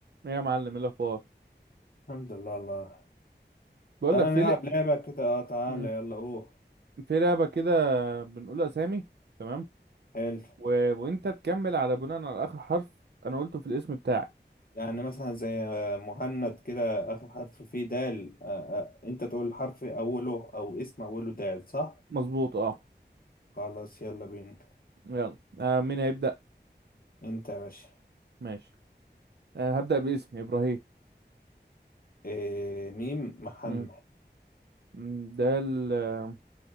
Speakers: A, on the right; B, on the left.
A: ايه يا معلم ايه الاخبار
B: الحمد لله الله
A: بقول
B: تعالى
A: لك في
B: نلعب
A: ل...
B: لعبة كده اه تعالى
A: مم.
B: يلا اوه
A: في لعبه كده بنقول اسامي تمام
B: حلو
A: و... وانت تكمل على بناء على اخر حرف انا قلته في الاسم بتاعي
B: يعني مثلا زي آه، مهند كده آخر حرف فيه دال آه آه. أنت تقول حرف أوله أو اسم أوله دال صح؟
A: مظبوط اه
B: خلاص يلا بينا
A: يلا آه مين هيبدا
B: أنت يا باشا
A: ماشي آه هبدا باسمي ابراهيم
B: آه ميم محمد
A: مم. مم، ده ال- آه،